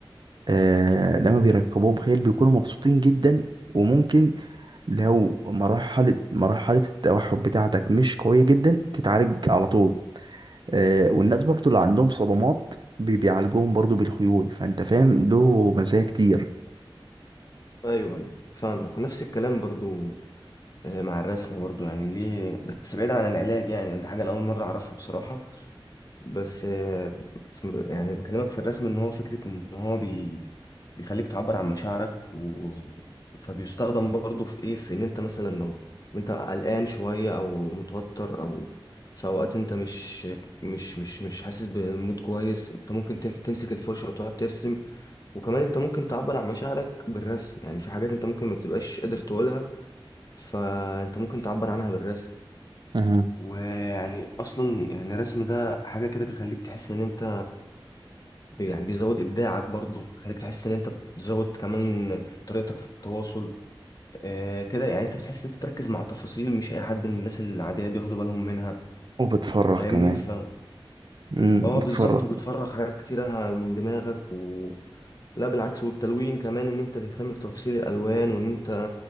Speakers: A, on the right; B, on the left.
A: آه لما بيركبوهم خيل بيكونوا مبسوطين جدا وممكن لو مرحلة مرحلة التوحد بتاعتك مش قوية جدا تتعالج على طول آه، والناس برضو اللي عندهم صدمات بي- بيعالجوهم برضو بالخيول فانت فاهم له مزايا كتير
B: ايوه ايوه فاهمك ونفس الكلام برضو آه، مع الرسم برضو يعني ليه بس بعيدا عن العلاج يعني دي حاجة انا اول مرة اعرفها بصراحة بس آه، في- يعني بكلمك في الرسم ان هو فكرة ان هو بي بيخليك تعبر عن مشاعرك و... فبيستخدم برضه في ايه في ان انت مثلا لو انت قلقان شوية او متوتر او في اوقات انت مش مش مش مش حاسس بمود كويس انت ممكن تم- تمسك الفرشة وتقعد ترسم وكمان انت ممكن تعبر عن مشاعرك بالرسم يعني في حاجات انت ممكن ما بتبقاش قادر تقولها فانت ممكن تعبر عنها بالرسم
A: أها
B: ويعني اصلا يعني الرسم ده حاجة كده بيخليك تحس ان انت يعني بيزود ابداعك برضو خليك تحس ان انت بتزود كمان طريقتك في التواصل آه كده يعني انت بتحس ان انت تركز مع تفاصيل مش اي حد من الناس العاديه بياخدوا بالهم منها
A: وبتفرح
B: فاهمني
A: كمان
B: ف
A: امم
B: اه
A: بتفرح
B: بالظبط وبتفرغ حاجات كتيره من دماغك و لا بالعكس والتلوين كمان ان انت تهتم بتفاصيل الالوان وان انت